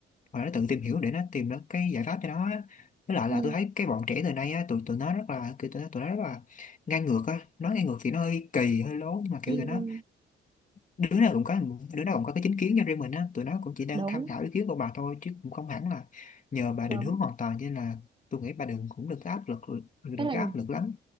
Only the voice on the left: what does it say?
và nó tự tìm hiểu để nó tìm được cái giải pháp cho nó á với lại
là tôi thấy cái bọn trẻ thời nay á tụi tụi nó rất là kiểu tụi nó tụi nó rất là ngang ngược á nói ngang ngược thì nó hơi kỳ hơi lố nhưng mà kiểu
tụi nó
đứa nào cũng có đứa nào cũng có cái chính kiến cho riêng mình á tụi nó cũng chỉ đang
tham khảo ý kiến của bà thôi chứ cũng không hẳn là nhờ bà
định hướng hoàn toàn cho nên là tôi nghĩ bà đừng cũng đừng có áp lực đừng
có áp lực lắm